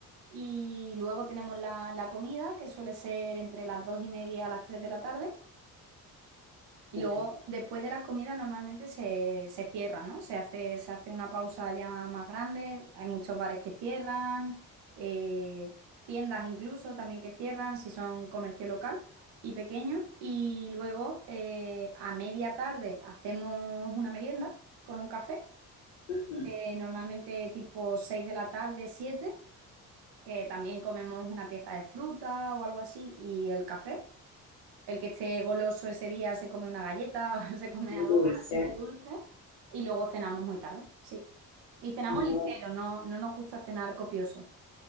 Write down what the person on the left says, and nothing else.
ok,
ujú,
Un
dulce,
no,